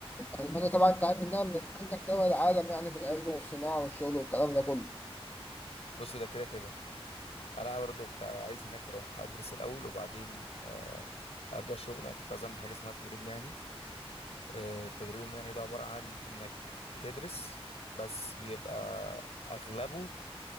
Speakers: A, on the left (about 15°); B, on the left (about 85°).
A: والمانيا طبعا انت عارف انها من انجح دول العالم يعني في العلم والصناعه والشغل والكلام ده كله
B: بص ده كده كده انا برضه كنت عايز هناك اروح ادرس الاول وبعدين آه، ابدا شغل انا كنت عايز اعمل حاجة اسمها تدريب مهني آه، التدريب المهني ده عبارة عن انك بتدرس بس بيبقى اغلبه